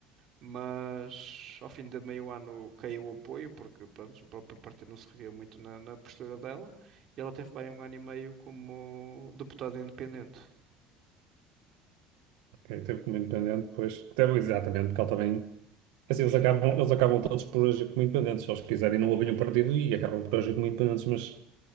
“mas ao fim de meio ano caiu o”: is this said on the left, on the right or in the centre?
Right